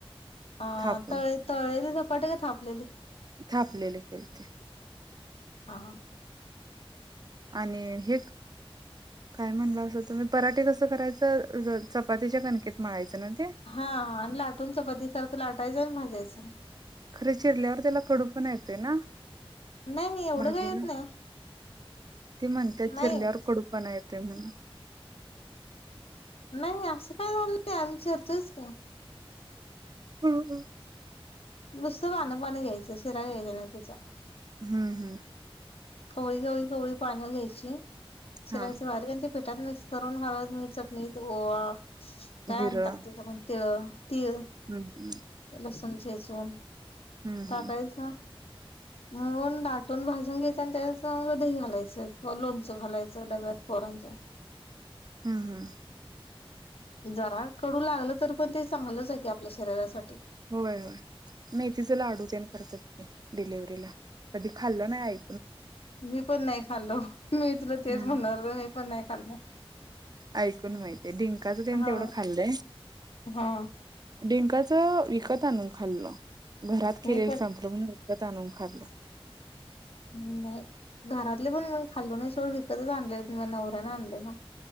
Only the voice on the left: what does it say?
अ
तळे तळेले धपाटे का थापलेले?
हा ह.
हा आणि लाटून चपाती सारखं लाटायचंन भाज्यायचं.
नाही एवढं
काही येत नाही.
नाही
येत
नाही असं काय झालं नाही. आम्ही चीरतोच की.
नुसतं पान पान घ्यायचं. शिरा घ्यायच्या नाही त्याच्या.
कवळी कवळी कवळी पानं घ्यायची <inaudible> चिरायचे
बारीकन ते पिठात मिक्स करून. हळद, मीठ, चटणी ओवा. काय
आणतात तीथ पण. तेळ तीळ.
लसूण ठेचून
टाकायचा.
म्हणून दाटून भाजून घ्यायचं आणि त्यासंग दही घालायचं किंवा लोणचं घालायचं डब्यात, पोरांच्या.
जरा कडू लागलं तर पण ते चांगलंच की, आपल्या शरीरासाठी.
मी पण नाही खाल्लो, मी तुला तेच
म्हणणार होते, मी पण नाही खाल्ल.
हा
हा
मी पण
मं नाही, घरातले पण म खाल्लो नही सोड, विकतच आणले म नवऱ्याने आणलेलं.